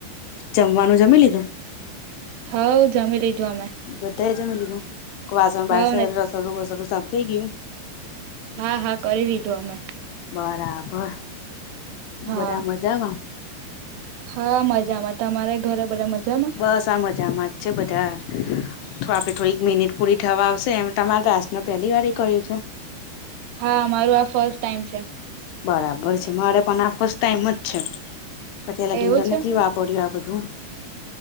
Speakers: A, on the left (about 80°); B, on the right (about 80°).
A: જમવાનું જમી લીધું
B: હા જમી લઈજ આમે
A: બધા જમી લીધું વાસણ
B: હવ
A: બાસર
B: ને
A: રસોડું વસડું સાફ થઈ ગયું.
B: હા હા કરી લીધું અમે
A: બરાબર
B: હા
A: બધા મજામાં
B: હા મજામાં તમારે ઘરે બધા મજામાં
A: બસ આ મજા મત છે બધાર તો આપડે થોડીક મિનિટ પૂરી થવા આવશે એમ તમારે રાસ ન પહેલી વાર એ કર્યું છે
B: હા મારું આ ફર્સ્ટ ટાઈમ છે
A: બરાબર છે. મારે પણ આ ફસ્ટ ટાઈમ જ છે. પછી લગીને
B: એવું
A: તમને
B: છે
A: કેવુ આપર્યું આ બધું.